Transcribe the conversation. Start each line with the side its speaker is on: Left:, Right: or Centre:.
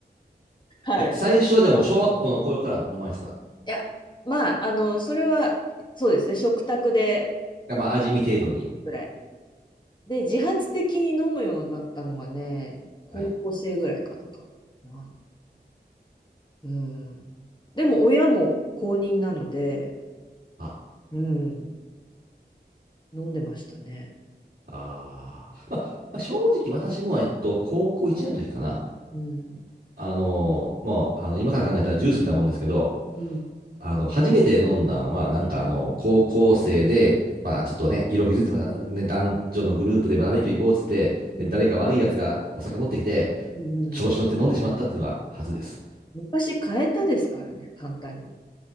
Left: <laughs> はい。
Right: え、最初はじゃあもう小学校の頃から飲まれてた。
Left: いや、まあ、あの、それは、そうですね、食卓で
Right: がまあ、味見程度に。
Left: ぐらい。で、自発的に飲むようになったのがね、高校生ぐらいかなかな。
Right: はい。
Left: うん。でも、親も公認なので、
Right: あ、
Left: うん、飲んでましたね。
Right: あーまあ、まあ正直私も、えっと、高校1年の時かな。
Left: うん。
Right: あの、もう、あの、今から考えたらジュースみたいなもんですけど、
Left: うん。
Right: あの、初めて飲んだんは、なんかあの、高校生で、まあちょっとね、
Left: うん。
Right: 色気づいてました。ね、男女のグループでバーベキュー行こうっつって、
Left: うん
Right: で誰か悪いやつがお酒持ってきて、
Left: うんうん
Right: 調子乗って飲んでしまったっていうのが初です。
Left: 昔買えたですからね、簡単に。